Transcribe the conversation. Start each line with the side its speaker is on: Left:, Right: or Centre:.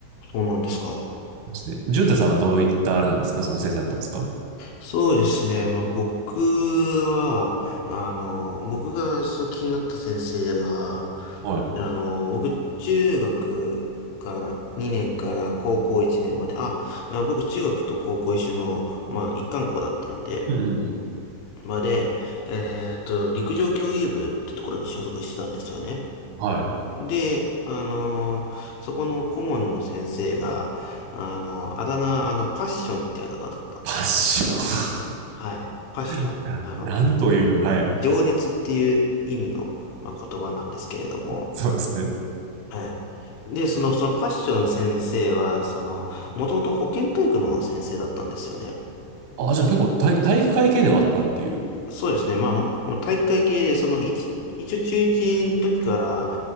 Left: そうなんですか。
Right: ですね。淳太さんはどういったあれなんですかその先生だったんですか
Left: そうですね。まあ、僕は、あの、僕がそう気になった先生が、
Right: はい。
Left: あの、僕、中学から2年から高校1年まで、あ、僕、中学と高校一緒の、まあ、一貫校だったんで、
Right: うんうんうん。
Left: まで、えっと、陸上競技部ってところに所属してたんですよね。
Right: はい。
Left: で、あのーそこの顧問の先生が、あのーあだ名、あの、パッションってあだ名だったんです。
Right: パッション
Left: はい。パッション。
Right: <laughs> な。
Left: あの、
Right: なんという、はい
Left: 情熱っていう意味の、まあ、言葉なんですけれども、
Right: そうですね。
Left: はい。で、その、そのパッション先生は、その、もともと保健体育の先生だったんですよね。
Right: あ、じゃあ結構体、体育会系ではあったっていう。
Left: そうですね。まあ、もう体育会系で、その一、一応中一の時から、